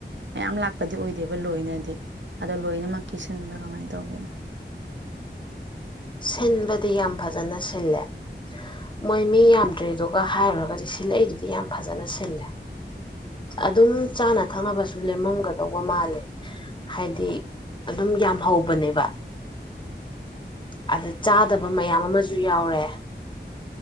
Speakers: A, on the right; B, on the left.
A: ꯃꯌꯥꯝ ꯂꯥꯛꯄꯗꯤ ꯑꯣꯏꯗꯦꯕ ꯂꯣꯏꯅꯗꯤ ꯑꯗꯣ ꯂꯣꯏꯅꯃꯛꯀꯤꯤ ꯁꯤꯟꯕ꯭ꯔꯥ ꯀꯃꯥꯏ ꯇꯧꯒꯦ
B: ꯁꯤꯟꯕꯗꯤ ꯌꯥꯝ ꯐꯖꯅ ꯁꯤꯜꯂꯦ ꯃꯣꯏ ꯃꯤ ꯌꯥꯝꯗ꯭ꯔꯤꯗꯨꯒ ꯍꯥꯏꯔꯨꯔꯒꯗꯤ ꯁꯤꯜꯂꯛꯏꯗꯨꯗꯤ ꯌꯥꯝ ꯐꯖꯅ ꯁꯤꯜꯂꯦ ꯑꯗꯨꯝ ꯆꯥꯅ ꯊꯛꯅꯕꯁꯨ ꯂꯦꯝꯃꯝꯒꯗꯧꯕ ꯃꯥꯜꯂꯦ ꯍꯥꯏꯗꯤ ꯑꯗꯨꯝ ꯌꯥꯝ ꯍꯧꯕꯅꯦꯕ ꯑꯗ ꯆꯥꯗꯕ ꯃꯌꯥꯝ ꯑꯃꯁꯨ ꯌꯥꯎꯔꯦ